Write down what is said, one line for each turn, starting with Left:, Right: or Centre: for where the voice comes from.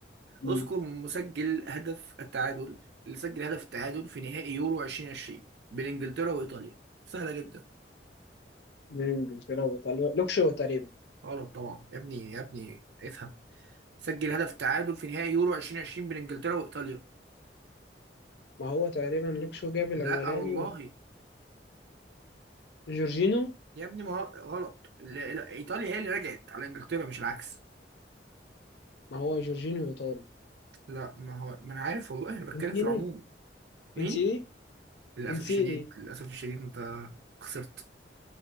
Left: مم.
Right: اذكر مسجل هدف التعادل اللي سجل هدف التعادل في نهائي يورو 2020 بين انجلترا وايطاليا سهله جدا
Left: مين انجلترا وايطاليا لوكشو تقريبا
Right: غلط طبعا يا ابني يا ابني افهم سجل هدف التعادل في نهائي يورو 2020 بين انجلترا وايطاليا
Left: ما هو تقريبا لوكشو جاب
Right: لا
Left: الاولاني
Right: والله
Left: وجورجينو
Right: يا ابني ما هو- غلط لا- لا، ايطاليا هي اللي رجعت على انجلترا مش العكس
Left: ما هو جورجينو ايطالي
Right: لا ما هو ما انا عارف والله انا بتكلم
Left: انسيني
Right: في العموم مين
Left: انسيني
Right: للاسف
Left: انسيني
Right: الشديد للاسف الشديد انت خسرت